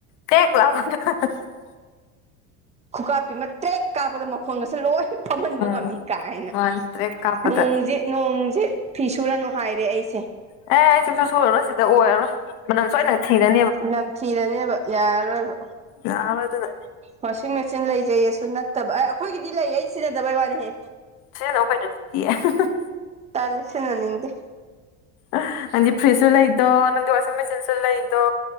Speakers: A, on the left; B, on the right.
A: ꯀꯦꯛ ꯂꯥꯛꯄ <unintelligible>
B: ꯈꯨꯀꯥꯞꯄꯤꯃ ꯇ꯭ꯔꯦꯛ ꯀꯥꯞꯄꯗ ꯃꯈꯣꯟꯒꯁꯦ ꯂꯣꯏ ꯐꯝꯍꯟꯕ
A: ꯎꯝ
B: ꯉꯝꯃꯤ ꯀꯥꯏꯅ
A: ꯃꯥꯅꯦ ꯇ꯭ꯔꯦꯛ ꯀꯥꯞꯄꯗ
B: ꯅꯣꯡꯖꯦ ꯅꯣꯡꯖꯦ ꯐꯤ ꯁꯨꯔꯅꯨ ꯍꯥꯏꯔꯦ ꯑꯩꯁꯦ
A: ꯑꯦ ꯑꯩ <unintelligible> ꯁꯣꯏꯔꯔꯣꯏ ꯁꯤꯗ ꯑꯣꯏꯔꯔꯣꯏ ꯃꯅꯝ ꯁꯣꯏ ꯅꯝꯊꯤꯔ
B: ꯅꯝꯊꯤꯔꯅꯦꯕ ꯌꯥꯔꯔꯣꯏꯕ
A: ꯌꯥꯔꯔꯣꯏ ꯑꯗꯨꯅ
B: ꯋꯥꯁꯤꯡ ꯃꯦꯆꯤꯟ ꯂꯩꯖꯩꯌꯦꯁꯨ ꯅꯠꯇꯕ ꯑꯦ ꯑꯩꯈꯣꯏꯒꯤꯗꯤ ꯂꯩ ꯑꯩ ꯁꯤꯟꯅꯗꯕꯩ ꯋꯥꯅꯤꯍꯦ
A: ꯁꯤꯖꯤꯟꯅꯧ ꯀꯩꯅꯣ <unintelligible>
B: ꯇꯜꯂꯦ ꯁꯤꯖꯤꯟꯅꯅꯤꯡꯗꯦ
A: ꯑꯥ ꯅꯪꯗꯤ ꯐ꯭ꯔꯤꯖꯁꯨ ꯂꯩꯗꯣ ꯅꯪꯗꯤ ꯋꯥꯁꯤꯡ ꯃꯦꯆꯤꯟꯁꯨ ꯂꯩꯗꯣ